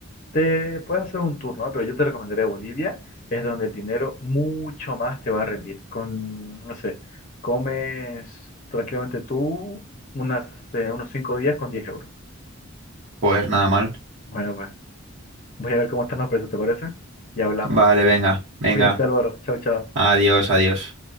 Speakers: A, on the left; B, on the right.
A: te puedes hacer un turno, ¿eh? pero yo te recomendaría Bolivia, es donde el dinero mucho más te va a rendir. Con, no sé, comes tranquilamente tú unas, eh, unos 5 días con 10 euros.
B: pues nada mal.
A: Bueno, pues voy a ver cómo están los precios, ¿te parece? Y hablamos.
B: Vale, venga, venga.
A: Cuídate, Álvaro. Chao, chao.
B: Adiós, adiós.